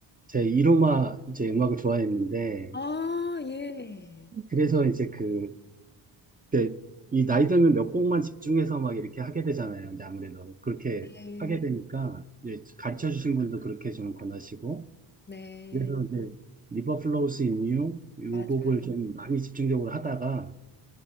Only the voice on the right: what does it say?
제 이로마 이제 음악을 좋아했는데,
그래서 이제 그, 그때 이 나이 들면 몇 곡만 집중해서 막 이렇게 하게 되잖아요. 이제 아무래도 그렇게
하게 되니까, 이제 가르쳐 주신 분도 그렇게 좀 권하시고,
그래서 이제 리버 플로우스 인유요
곡을 좀 많이 집중적으로 하다가